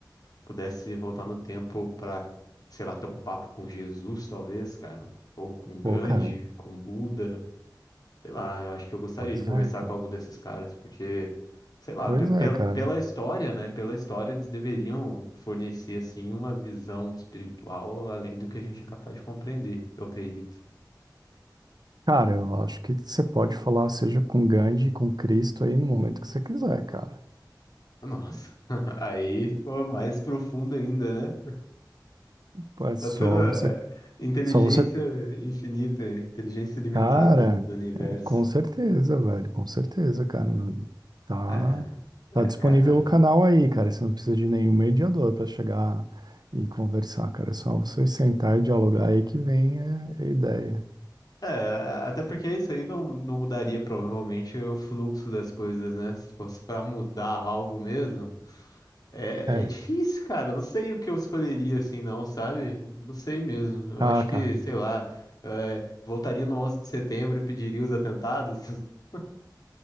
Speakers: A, on the left; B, on the right.
A: pudesse voltar no tempo pra, sei lá, ter um papo com Jesus, talvez, cara. Ou com Gandhi,
B: Pô, cara.
A: com Buda. Sei lá, eu acho que eu gostaria
B: Pois
A: de conversar
B: é, cara.
A: com algum desses caras, porque, sei lá,
B: Pois
A: pe- pela,
B: é, cara.
A: pela história, né? Pela história, eles deveriam fornecer, assim, uma visão espiritual além do que a gente é capaz de compreender, eu acredito.
B: Cara, eu acho que você pode falar, seja com Gandhi, com Cristo aí no momento que você quiser, cara.
A: Nossa, <laughs> aí ficou mais profundo ainda, né?
B: Pô, É só
A: Tá toda
B: você.
A: é, inteligência
B: Só você.
A: infinita, inteligência ilimitada
B: Cara,
A: do universo.
B: com certeza, velho. Com certeza, cara. Não- Tá.
A: É, é,
B: Tá disponível
A: cara.
B: o canal aí, cara. Você não precisa de nenhum mediador pra chegar e conversar, cara. É só você sentar e dialogar aí que vem é, a ideia.
A: É, até porque isso aí não, não mudaria provavelmente o fluxo das coisas, né? Se fosse pra mudar algo mesmo, é,
B: É.
A: é difícil, cara. Eu não sei o que eu escolheria assim, não, sabe? Não sei mesmo. Eu
B: Ah,
A: acho que,
B: cara.
A: sei lá, é, voltaria no 11 de setembro e pediria os atentados. <laughs>